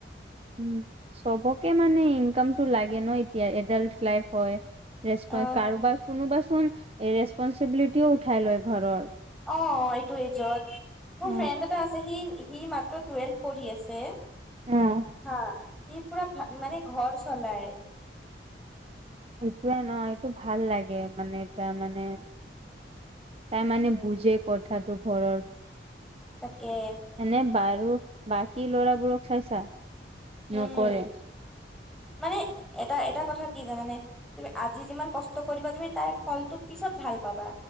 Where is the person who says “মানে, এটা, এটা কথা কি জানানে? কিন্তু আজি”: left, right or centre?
Centre